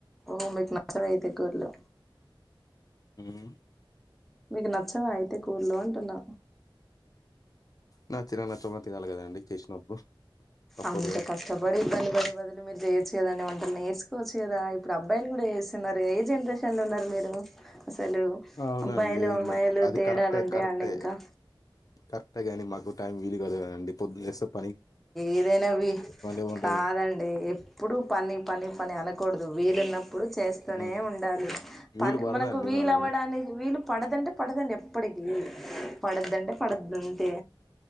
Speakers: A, in the centre; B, on the left.
A: ఓ మీక్ నచవైతే కూర్లు
B: హ్మ్మ్
A: మీకు నచ్చగా అయితే కూర్లు అంటున్నా
B: నాకు తిన నచ్చబుద్ధి కలగాలి కదండి చేసినప్పుడు తప్పదు
A: అంత
B: కదా
A: కష్టపడి ఇబ్బంది పడే బదులు మీరు చేయొచ్చు కదాండడి వంటలు నేర్చుకోచ్చుదా ఇప్పుడు అబ్బాయిలు కూడా వస్తున్నారు ఏ జనరేషన్ లో ఉన్నారు మీరు అసలు
B: అవునా
A: అబ్బాయిలు
B: అండి
A: అమ్మాయిలు
B: అది
A: తేడాలు
B: కరెక్టే
A: ఉంటాయా
B: కరెక్టే
A: అండి ఇంకా
B: కరెక్టే కాని మాకు టైం వీలు కదు కదండి ప
A: ఏదైనా
B: ఏమంటారు
A: కాదండి ఎప్పుడు పని పని పని అనకూడదు వీలున్నప్పుడు చేస్తూనే
B: మ్మ్.
A: ఉండాలి
B: వీలు
A: పని
B: పడదండి
A: మనకు వీల
B: మాకు
A: అవ పడానికి వీళ్ళు పడదంటే పడదండి ఎప్పటికి పడద్దంటే పడదుంటే